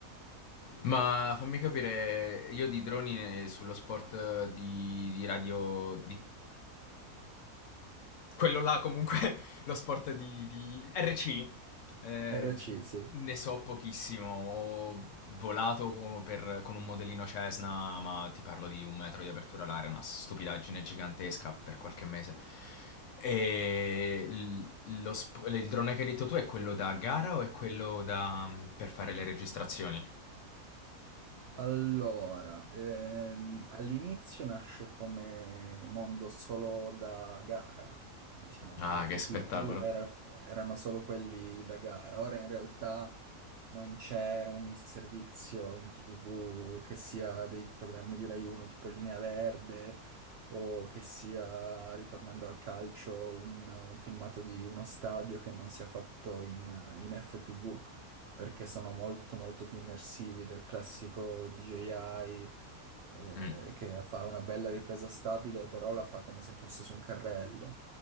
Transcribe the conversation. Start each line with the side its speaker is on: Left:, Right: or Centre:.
Left: Ma fammi capire, io di droni ne- sullo sport eh, di, di radio, di quello là comunque, <laughs> lo sport di, di RC, eh,
Right: RC, sì.
Left: ne so pochissimo. Ho volato co- per- con un modellino Cessna, ma ti parlo di un metro di apertura all'aria, una stupidaggine gigantesca per qualche mese. E l- lo sp- il drone che hai detto tu è quello da gara o è quello da, per fare le registrazioni?
Right: Allora, ehm, all'inizio nasce come mondo solo da gara, diciamo,
Left: Ah,
Right: le FPV
Left: che spettacolo.
Right: era- erano solo quelli da gara, ora in realtà non c'è un servizio in TV che sia dei programmi di Rai 1 tipo Linea Verde o che sia, ritornando al calcio, un, un filmato di uno stadio che non sia fatto in in FPV perché sono molto molto più immersivi del classico DJI eh,
Left: Mm.
Right: che fa una bella ripresa stabile, però la fa come se fosse su un carrello,